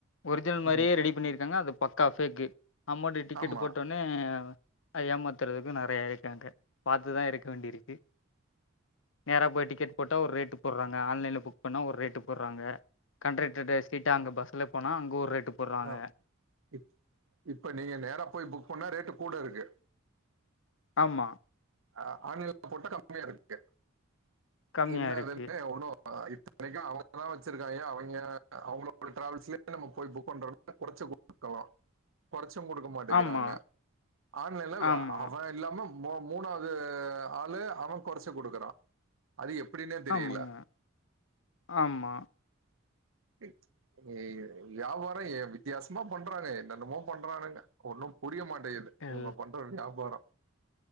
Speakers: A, on the left; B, on the right.
A: ஒரிஜினல் மாரியே
B: ம்
A: ரெடி பண்ணிருக்காங்க அது பக்கா ஃபேக்கு நம்பாட்டு டிக்கெட்டு
B: ஆமா
A: போடோன் னே அ ஏமாத்துறதுக்கு நறைய இருக்காங்க பாத்துதா இருக்க வேண்டி இருக்கு நேரா போய் டிக்கெட் போட்ட ஒரு ரேட்டு போட்றாங்க ஆன்லைன்ல புக் பண்ண ஒரு ரேட்டு போட்றாங்க கண்ட்ரெக்ட சீட்டா அங்க பஸ்ல போனா அங்க ஒரு ரேட்டு போடுறாங்க.
B: அ இப் இப்ப நீங்க நேரா போய் புக் பண்ணா ரேட்டு கூட இருக்கு
A: ஆமா
B: அ ஆன்லைன்ல போட்டா கம்மியா இருக்கு
A: கம்மியா
B: என்ன
A: இருக்கு.
B: எதுமே ஒணோ அ இத்தனைக்கோ அவுங்கதா வச்சிருக்காய்ங்க அவைங்க அவுங்களோட டிராவல்ஸ்லயே நம்ம போய் புக் பண்றோம்ன கொறச்சு குடுக்கலா கொறச்சு குடுக் க மாட்டிக்கிறாங்க
A: ஆமா,
B: ஆன்லைன்ல
A: ஆமா,
B: அவன் இல்லாம மோ மூணாவது ஆளு அவ கொறச்சி குடுக்குறா அது எப்டினே தெரியல
A: ஆமாங்க, ஆமா
B: த் ஏ வியாபாரோ ஏ வித்தியாசமா பண்றாங்க என்னென்னமோ பண்றானுங்க ஒன்னு புரிய மாட்டேகுது
A: எல்
B: இவுங்க பண்ற வியாபாரோ